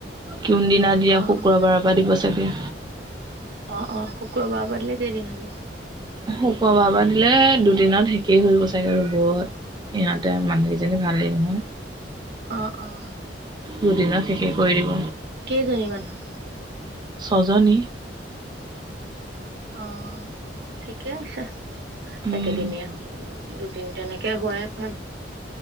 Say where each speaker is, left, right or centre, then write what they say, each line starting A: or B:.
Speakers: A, on the right; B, on the right.
A: কোন দিনা দিয়ে
B: অ', অ',
A: শুক্ৰবাৰৰ পৰা দিব চাগে
B: অ অ শুক্ৰবাৰৰ পৰা দিলে কেইদিন হব
A: শুক্ৰবাৰৰ পৰা দিলে দুদিনত শেষেই হব চাগে ৰুব ইহঁতে মানুহকেইজনী ভালেই নহয়
B: অ', অ'।
A: দুদিনত শেষে কৰি দিব
B: কেইজনী মানুহ
A: ছজনী
B: অ ঠিকে আছে
A: উম
B: একেদিনে হল দুদিন তেনেকে হোৱাই ভাল